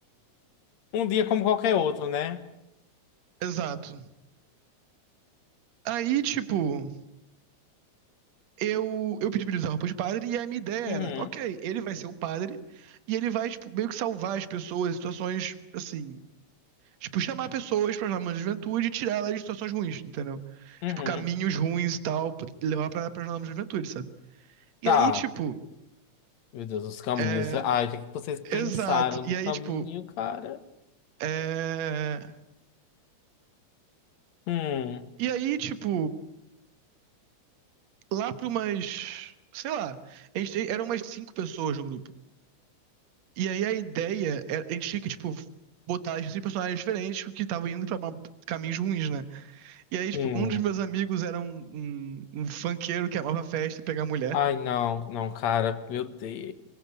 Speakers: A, on the left; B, on the right.
A: Um dia como qualquer outro, né?
B: Exato. Aí, tipo. eu, eu pedi pra ele usar roupa de padre, e a minha ideia
A: Uhum.
B: era, ok, ele vai ser o padre, e ele vai, tipo, meio que salvar as pessoas em situações, assim, tipo, chamar pessoas para jornadas da juventude e tirar elas de situações ruins, entendeu?
A: Uhum.
B: Tipo, caminhos ruins e tal, pra levar pra, pra jornadas da juventude, sabe? E
A: Tá.
B: aí, tipo,
A: Meu Deus, os caminhos.
B: é,
A: Ai, o que é que vocês pensaram
B: exato, e
A: de
B: aí,
A: caminho,
B: tipo,
A: cara?
B: é,
A: Hum,
B: e aí, tipo, lá pra umas, sei lá, a gente, eram umas cinco pessoas no grupo. E aí a ideia, era, a gente tinha que, tipo, botar esses personagens diferentes porque estavam indo pra ma- caminhos ruins, né? E aí, tipo,
A: sim.
B: um dos meus amigos era um, um, um funkeiro que amava festa e pegar mulher.
A: Ai, não, não, cara. Meu Deus.